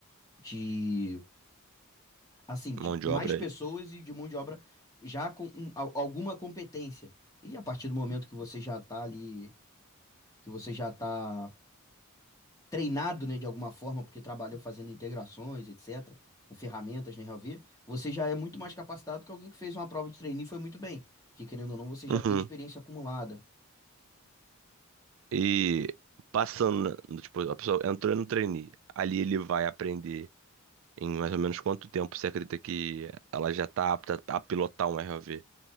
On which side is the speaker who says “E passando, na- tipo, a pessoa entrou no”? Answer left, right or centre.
Right